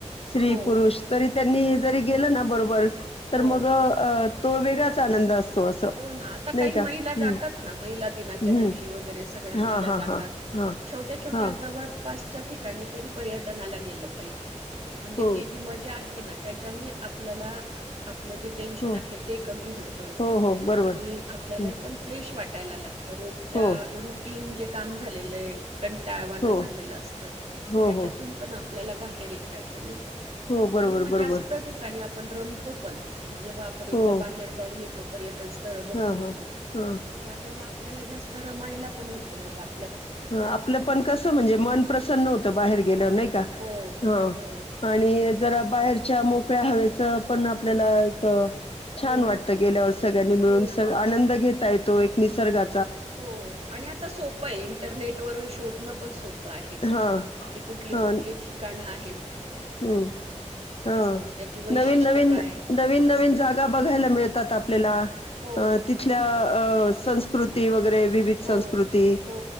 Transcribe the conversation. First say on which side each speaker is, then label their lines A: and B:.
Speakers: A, on the left; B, on the right.
A: स्त्री
B: हो,
A: पुरुष तरी त्यांनी जरी गेलं ना बरोबर तर
B: हो.
A: मग अ अ तो वेगळाच आनंद असतो. असं
B: हो ना आता
A: नाही
B: काही
A: का
B: महिला
A: हम्म
B: जातात ना महिला दिनाच्या दिवशी
A: हम्म
B: वगैरे सगळ्या
A: हा
B: महिला
A: हा
B: जातात
A: हा हा
B: छोट्या छोट्या
A: हा
B: जवळ पासच्या ठिकाणी तरी पर्यटनाला गेलं पाहिजे. म्हणजे
A: हो
B: ति जी मजा आहे. ना त्याच्यानी आपल्याला आपल्या- आपलं जे टेन्शन
A: हो
B: आहे ते कमी होत.
A: हो हो बरोबर
B: आणि आपल्याला
A: हं.
B: एकदम फ्रेश वाटते. यायला लाग तर रोजच्या
A: हो
B: रुटीन जे- काम झालेलं आहे. कंटाळवान
A: हो
B: झालेलं असत
A: हो
B: त्याच्यातून
A: हो
B: पण आपण आपल्याला बाहेर येता येत नही.
A: हो बरोबर
B: मग
A: बरोबर
B: जास्त ठिकाणी आप पण रमतो पण. जेव्हा आपण एकदा
A: हो
B: बाहेर जाऊन येतो. पर्यटन स्थ स्थळ बघून
A: हां
B: येतो
A: हां हां
B: तर त्यावेळेला आपल्याला जास्त रमायला पण होत तर मग आप
A: ह आपलं पण कस म्हणजे मन प्रसन्न होत बाहेर गेलं नाही का?
B: हो,
A: ह
B: हो,
A: आणि जरा बाहेर- च्या मोकळ्या हवेच पण आपल्याला एक- छान
B: हो ना,
A: वाटतं गेल्यावर सगळ्यांनी मिळून
B: हो ना,
A: स आनंद घेत तो एक निसर्गा
B: हो आणि आता सोपं आहे इंटरनेट वरून शोधण पण सोप आहे ते
A: हा
B: की कुठली
A: हा
B: कुठली ठिकाण आहे?
A: हम्म हा
B: असं त्याची वैशिष्ट्य
A: नवीन -नवीन-
B: काय आहेत,
A: नवीन-
B: असं.
A: नवीन जागा बघायला मिळतात आपल्याला
B: हो,
A: तिथल्या संस्कृती वगैरे विविध
B: हो,
A: संस्कृती
B: हो.